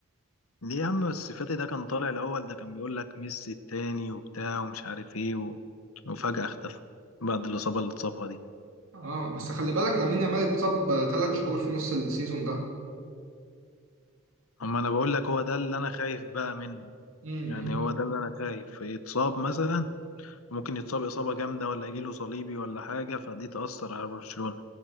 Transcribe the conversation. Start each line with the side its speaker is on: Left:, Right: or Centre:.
Left: ليه يا عم بس فاتي ده كان طالع الاول ده كان بيقول لك ميسي التاني وبتاع ومش عارف ايه و... وفجأة اختفى بعد الإصابة اللي اتصابها دي
Right: اه بس خلي بالك لامين يامال اتصاب ثلاث شهور في نص السيزون ده
Left: اما انا بقول لك هو ده اللي انا خايف بقى منه
Right: امم
Left: يعني هو ده اللي انا خايف يتصاب مثلا ممكن يتصاب اصابه جامده ولا يجيله صليبي ولا حاجه فدي تاثر على برشلونه